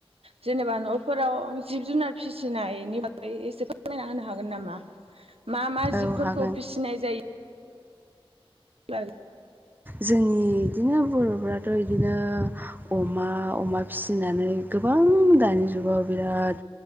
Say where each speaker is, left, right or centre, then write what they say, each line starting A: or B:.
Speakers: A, on the right; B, on the right.
A: जेनेबा न'फोराव जिब जुनार फिसिनायनि बागै एसे फोरमायना होनो हागोन नामा मा मा जिबफोरखौ
B: औ हागोन
A: फिसिनाय जायो <unintelligible>
B: जोंनि इदिनो बर'फ्राथ' इदिनो अमा-अमा फिसिनानै गोबां दानि जुगाव बिराद